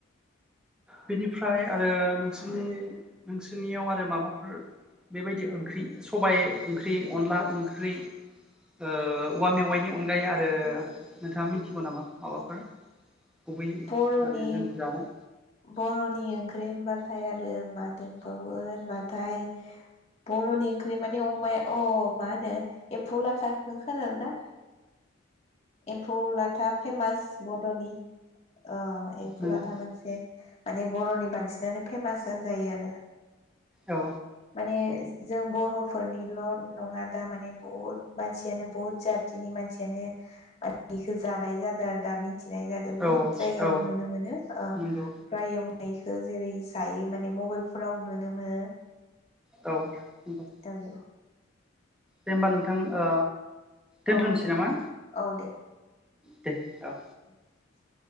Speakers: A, in the centre; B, on the left.
A: बेनिफ्राय आरो नोंसोरनि नोंसोरनियाव आरो माबाफोर बेबायदि ओंख्रि सबाय ओंख्रि अनला ओंख्रि ओ औवा मेवाइनि अनगायै आरो नोंथाङा मिथिगौ नामा माबाफोर। गुबैयै
B: बर'नि
A: माने जों जानाय।
B: बर'नि ओंख्रि होनबाथाय आरो मा दोंबावो होनबाथाय बर'नि ओंख्रि माने अमाया अह मा होनो एम्फौ लाथाखो खोनादोना। एम्फौ लाथा फेमास बड'नि। अह एम्फौ
A: नंगौ
B: लाथा मोनसे। माने बर'नि बांसिनानो फेमास होनजायो आरो।
A: औ
B: माने जों बर' फोरनिल नङा दा माने बहुत मानसियानो बहुत जातिनि मानसियानो। बेखो जानाय जादो आरो दामि। थिनाय जादों बुहुत
A: औ
B: जायगायाव
A: औ
B: नुनो मोनो ओ
A: नंगौ
B: फ्राय एवनायखो जेरै दायो माने मबाइलफोराव नुनो मोनो।
A: औ नंगौ
B: दाउ।
A: दे होमबा नोंथां ओ दोनथनोसै
B: औ दे
A: नामा?
B: औ दे।
A: दे औ।
B: <inaudible>